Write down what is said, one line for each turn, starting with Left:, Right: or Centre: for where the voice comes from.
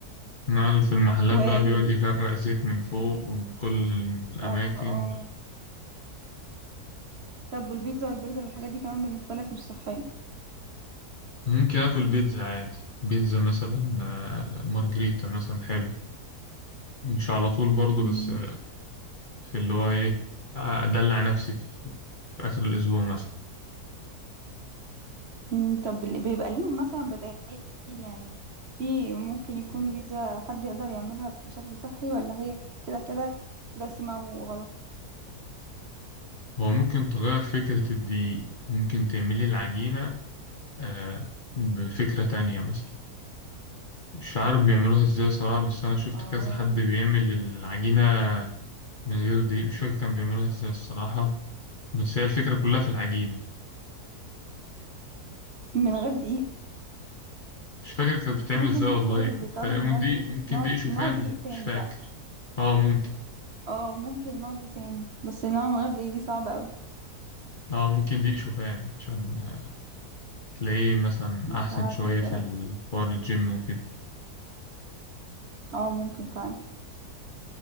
Left: انما في المحلات
Right: وال
Left: بقى بيقعد يغرق زيت من فوق ومن كل الاماكن
Right: اه اه طب والبيتزا والبرجر والحاجات دي كمان بالنسبه لك مش صحيه
Left: ممكن آكل بيتزا عادي بيتزا مثلا آه، مارجريتا مثلا حلو مش على طول برضه
Right: مم.
Left: بس آه، في اللي هو إيه آه، أدلع نفسي في, في آخر الأسبوع مثلا
Right: مم. طب ال- بيبقى ليهم مثلا بدائل يعني في ممكن يكون بيتزا حد يقدر يعملها بشكل صحي ولا هي ك- كده كده دسمه وغلط
Left: هو ممكن تغير فكرة الدقيق ممكن تعملي العجينة آه، بفكرة تانية مثلا مش عارف بيعملوها إزاي صراحة بس أنا شفت
Right: اه
Left: كذا حد بيعمل العجينة من غير دقيق مش فاكر كان بيعملوها إزاي الصراحة بس هي الفكرة كلها في العجينة
Right: من غير دقيق
Left: مش فاكر كانت بتتعمل
Right: ممكن
Left: ازاي والله
Right: تقول بيستخدم
Left: تقريباً
Right: نقعد
Left: دي
Right: ايه
Left: ممكن
Right: نقعد
Left: دي شوفان
Right: نقعد ايه تاني
Left: مش فاكر
Right: بقى
Left: اه ممكن
Right: اه ممكن نقعد ايه تاني بس نقعد من غير دقيق دي صعبة اوي
Left: اه ممكن دي شوفان عشان آه، تلاقيه مثلا
Right: مش
Left: احسن
Right: عارفة
Left: شوية
Right: بصراحة
Left: في الحوار الجيم وكده
Right: اه ممكن فعلا